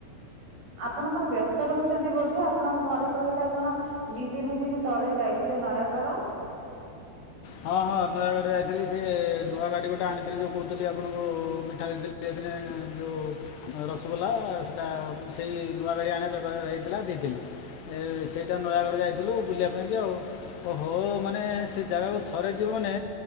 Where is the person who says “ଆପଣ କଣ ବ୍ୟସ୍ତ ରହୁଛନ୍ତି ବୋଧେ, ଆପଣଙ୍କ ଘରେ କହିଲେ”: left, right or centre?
Right